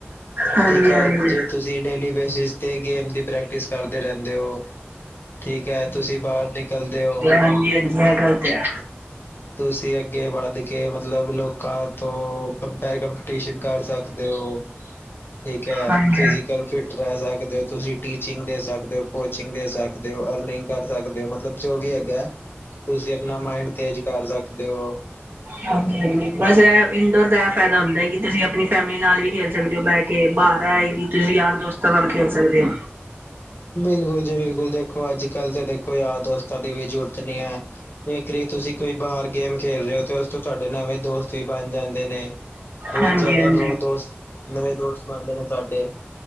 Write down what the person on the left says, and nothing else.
ਠੀਕ ਐ,
ਜੇ ਤੁਸੀਂ ਡੇਲੀ ਬੇਸਿਸ ਤੇ ਗੇਮ ਦੀ ਪ੍ਰਕੈ ਟਿਸ ਕਰਦੇ ਰੈੰਦੇ ਓ ਠੀਕ ਐ ਤੁਸੀਂ ਬਾਹਰ ਨਿਕਂਲਦੇ ਓ।
ਤੁਸੀਂ ਅੱਗੇ ਵੱਧ ਕੇ, ਮਤਲਬ ਲੋਕਾਂ ਤੋਂ ਕੰਪੇਅਰ ਕੰਪੀਟੀਸ਼ਨ ਕਰ ਸਕ ਦੇਓ ਠੀਕ ਐ,
ਫਿਜ਼ੀਕਲ ਫਿਟ ਰੈ ਸਕਦੇ ਓ ਤੁਸੀਂ ਟੀਚਿੰਗ ਦੇ ਸਕਦੇ ਓ, ਕੋਚਿੰਗ ਦੇ ਸਕਦੇ ਓ, ਅਰਨਿੰਗ ਕਰ ਸਕਦੇ ਓ ਮਤਲਬ ਜੋ ਵੀ ਹੈਗਾ, ਤੁਸੀਂ ਅਪਣਾ ਮਾਇੰਡ ਤੇਜ਼ ਕਰ ਸਕਦੇ ਓ।
ਬਿਲਕੁਲ ਜੀ-ਬਿਲਕੁਲ ਦੇਖੋ ਅੱਜ-ਕੱਲ ਤੇ ਦੇਖੋ ਯਾਰ-ਦੋਸਤਾਂ ਦੀ ਵੀ ਜੂਰਤ ਨੀ ਐ। ਜੇਕਰੀ ਤੁਸੀਂ ਕੋਈ ਬਾਹਰ ਗੇਮ ਖੇਲ ਰੇ ਓ ਓਸ ਤੋਂ ਤਾਡੇ ਨਵੇਂ ਦੋਸਤ ਵੀ ਬਣ ਜਾਂਦੇ ਨੇ। ਬੋਹਤ
ਜ਼ਿਆਦਾ
ਨੌ ਦੋਸਤ, ਨਵੇਂ ਦੋਸਤ ਬਨਦੇ ਨੇ ਤਾਡੇ।